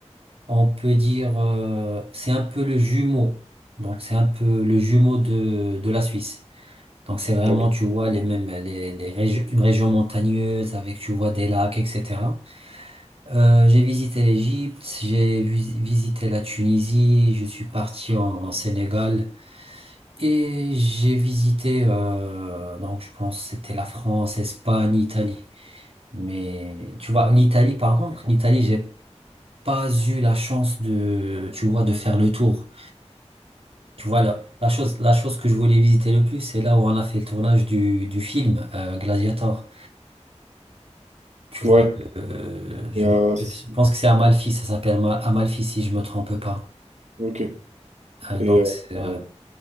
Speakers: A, on the right; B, on the right.
A: on peut dire, euh, c'est un peu le jumeau. Donc, c'est un peu le jumeau de, de la Suisse. Donc, c'est vraiment,
B: Ok.
A: tu vois, les mêmes, les, les régions, une région montagneuse avec, tu vois, des lacs, etc. Euh, j'ai visité l'Égypte, j'ai vi- visité la Tunisie, je suis parti en, en Sénégal et j'ai visité, euh, donc, je pense que c'était la France, Espagne, Italie. Mais, tu vois, l'Italie, par contre, l'Italie, j'ai pas eu la chance de, tu vois, de faire le tour. Tu vois, la, la chose, la chose que je voulais visiter le plus, c'est là où on a fait le tournage du, du film euh, Gladiator. Tu
B: Ouais.
A: vois, euh, je,
B: Et, euh,
A: me rappelle-
B: c'est-
A: je pense que c'est Amalfi, ça s'appelle Ma- Amalfi si je me trompe pas.
B: ok.
A: Euh,
B: Et,
A: donc, c'est, ouais,
B: euh,